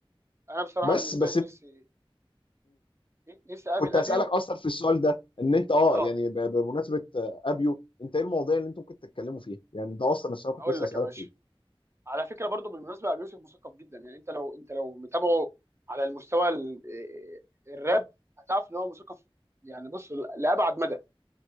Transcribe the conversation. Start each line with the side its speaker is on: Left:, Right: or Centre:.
Right: انا بصراحه
Left: بس
Right: بالنسبه
Left: بس
Right: لي نفسي نفسي اقابل
Left: كنت
Right: ابيو
Left: هسألك اصلا في السؤال ده ان انت اه
Right: اه
Left: يعني ب- بمناسبة آه، ابيو انت ايه المواضيع اللي انتم ممكن تتكلموا فيها يعني ده اصلا السؤال كنت
Right: هقول
Left: لسه
Right: لك
Left: هسألك
Right: يا باشا
Left: فيه
Right: على فكره برضو بالمناسبه ابي يوسف مثقف جدا يعني انت لو انت لو متابعه على المستوى ال- آه، الراب هتعرف ان هو مثقف يعني بص لابعد مدى